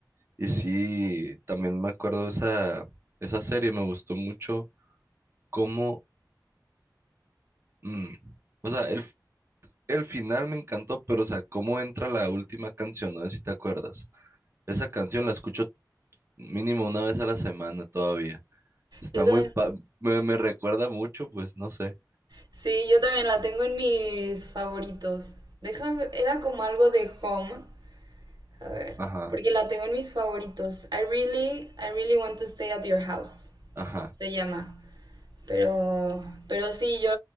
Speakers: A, on the right; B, on the right.
A: Y sí, también me acuerdo de esa, esa serie, me gustó mucho cómo, mm, o sea, el, El final me encantó, pero o sea, cómo entra la última canción, no sé si te acuerdas. Esa canción la escucho mínimo una vez a la semana todavía. Está
B: Yo también-
A: muy, pa- me, me recuerda mucho, pues no sé.
B: Sí, yo también la tengo en mis favoritos. Déjame, era como algo de home. A ver,
A: Ajá,
B: porque la tengo en mis favoritos. I really, I really want to stay at your house.
A: ajá.
B: Se llama. Pero, pero sí, yo